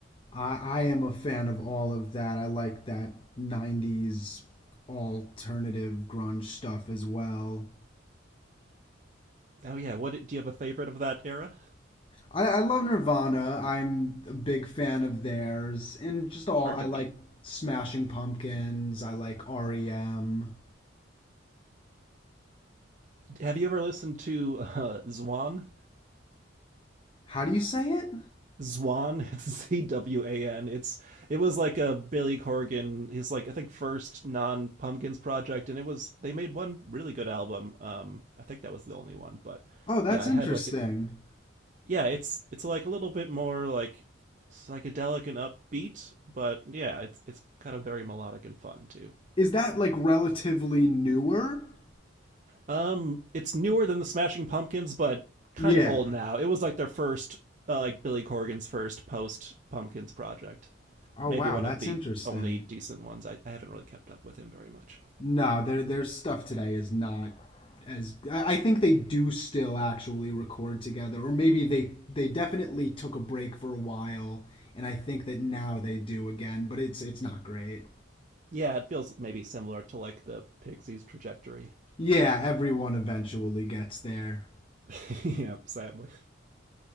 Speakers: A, on the left (about 25°); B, on the right (about 40°).
A: I, I am a fan of all of that. I like that 90s alternative grunge stuff as well.
B: Oh yeah, what do you have a favorite of that era?
A: I, I love Nirvana. I'm a big fan of theirs. And just all,
B: hard
A: I
B: to
A: like
B: beat.
A: Smashing Pumpkins. I like REM.
B: Have you ever listened to uh, Zwan?
A: How do you say it?
B: Zwan, <laughs> it's Z W A N. It's it was like a Billy Corgan, his like I think first non Pumpkins project, and it was they made one really good album. Um, I think that was the only one, but
A: Oh, that's
B: yeah, I
A: interesting.
B: had like a, yeah, it's it's like a little bit more like psychedelic and upbeat, but yeah, it's it's kind of very melodic and fun too.
A: Is that like relatively newer?
B: Um, it's newer than the Smashing Pumpkins, but kind
A: Yeah.
B: of old now. It was like their first, uh, like Billy Corgan's first post Pumpkins project.
A: Oh
B: Maybe
A: wow,
B: one
A: that's
B: of the
A: interesting.
B: only decent ones. I, I haven't really kept up with him very much.
A: No, their their stuff today is not as I I think they do still actually record together or maybe they they definitely took a break for a while and I think that now they do again, but it's it's not great.
B: Yeah, it feels maybe similar to like the Pixies trajectory.
A: Yeah, everyone eventually gets there.
B: <laughs> yeah, sadly.